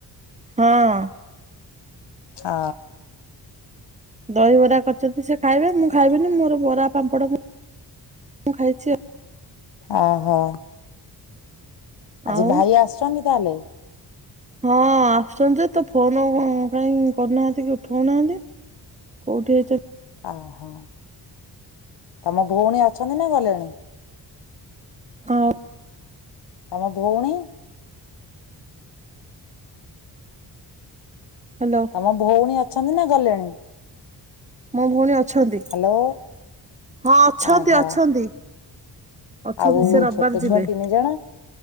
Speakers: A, on the right; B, on the left.
A: ହଁ।
B: ଅ
A: ଦହିବରା କରିଛନ୍ତି ସେ ଖାଇବେ ମୁଁ ଖାଇବିନି ମୋର ବରା ପାମ୍ପଡ଼ ମୁଁ ଖାଇଛି ଆଉ।
B: ଓହୋ। ଆଜି
A: ଆଉ
B: ଭାଇ ଆସୁଛନ୍ତି ତାହେଲେ।
A: ହଁ ଆସୁଛନ୍ତି ଯେ, ତ ଫୋନ କାଇଁ କରୁନାହାନ୍ତି କି ଉଠୋଉନାହାନ୍ତି। କୋଉଠି ହେଇଚ?
B: ଓହୋ ତମ ଭଉଣୀ ଅଛନ୍ତି ନା ଗଲେଣି?
A: ହଁ।।
B: ତମ ଭଉଣୀ?
A: ହାଲୋ।
B: ତମ ଭଉଣୀ ଅଛନ୍ତି ନା ଗଲେଣି?
A: ମୋ ଭଉଣୀ ଅଛନ୍ତି
B: ହ୍ୟାଲୋ
A: ହଁ ଅଛନ୍ତି
B: ଓହୋ
A: ଅଛନ୍ତି। ଅଛନ୍ତି
B: ଆଉ
A: ସେ ରବିବାର
B: ଛୋଟ ଛୁଆ
A: ଯିବେ।
B: ତିନି ଜଣ?